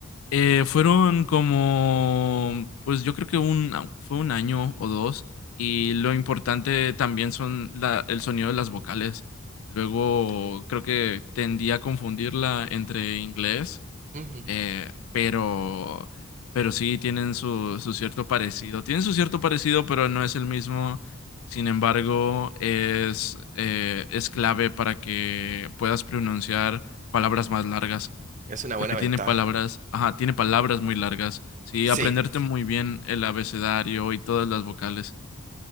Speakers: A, on the left; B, on the right.
A: Eh, fueron como, pues yo creo que un, fue un año o dos y lo importante también son la, el sonido de las vocales. Luego creo que tendía a confundirla entre inglés,
B: Ujú,
A: eh, pero, pero sí tienen su, su cierto parecido. Tienen su cierto parecido, pero no es el mismo. Sin embargo, es, eh, es clave para que puedas pronunciar palabras más largas
B: Es una buena
A: porque
B: ventaja.
A: tiene palabras, ajá, tiene palabras muy largas. Sí,
B: Sí,
A: aprenderte muy bien el abecedario y todas las vocales.